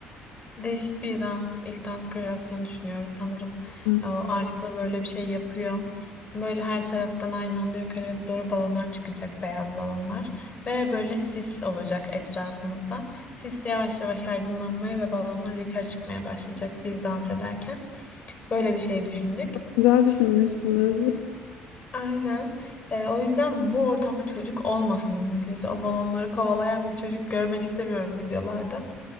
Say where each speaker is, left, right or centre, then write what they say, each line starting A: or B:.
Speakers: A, on the left (about 35°); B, on the left (about 85°).
A: Değişik bir dans, ilk dans kreasyonu düşünüyoruz sanırım.
B: Hı.
A: O Arya da böyle bir şey yapıyor. Böyle her taraftan aynı anda yukarıya doğru balonlar çıkacak, beyaz balonlar. Ve böyle sis olacak etrafımızda. Sis yavaş yavaş aydınlanmaya ve balonlar yukarı çıkmaya başlayacak biz dans ederken. Böyle bir şey düşündük.
B: Güzel düşünmüşsünüz.
A: Aynen. Ee, o yüzden bu ortamda çocuk olmasın mümkünse. O balonları kovalayan bir çocuk görmek istemiyorum videolarda.